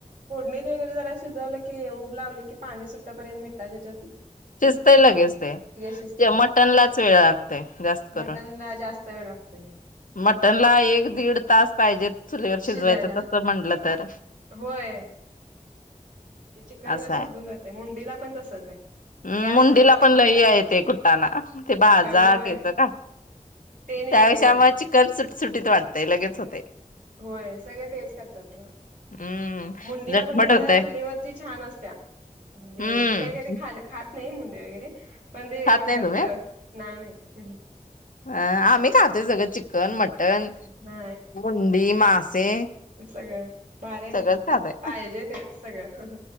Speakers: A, on the right; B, on the left.
A: फोडणीत वगैरे जरा शिजवलं की उब लावली की पाणी सुट्टपर्यंत मिठाच्यात
B: शिजतय लगेचे
A: शिजते
B: मटनलाच वेळ लागतेय जास्त करून.
A: मटनला जास्त वेळ लागते.
B: मटन ला एक दीड तास पाहिजेत चुलीवर शिजवायच
A: शिजायला.
B: तस म्हटलं तर
A: होय ते चिकन
B: असंय
A: ग शिजून जाते मुंडीला पण तसच आहे.
B: हम्
A: गॅसवर
B: मुंडीला
A: मग
B: पण लई
A: कुकर
B: हाय ते कुठाना ते बाजार
A: होय
B: <unintelligible> का
A: तेने
B: त्यापेक्षा
A: लय
B: मग चिकन सुट सुटीत वाटतंय लगेच होतय.
A: होय सगळ तेच करतात
B: हम्म.
A: मुंडीला
B: झटपट
A: पण कस
B: होतय
A: चुलीवरची छान असत्या म्हणजे
B: हम्म
A: मी काय कधी खा खात नाही मुंडे वगैरे पण ते
B: खात
A: म्हणतात
B: नाही तुम्ही
A: चव नाही नाही. <inaudible>
B: अ आम्ही खातो सगळें चिकन चिकन, मटन,
A: नाही
B: मुं मासे
A: सगळं भारी आहे
B: सगळं झालंय,
A: पाहिजे ते सगळं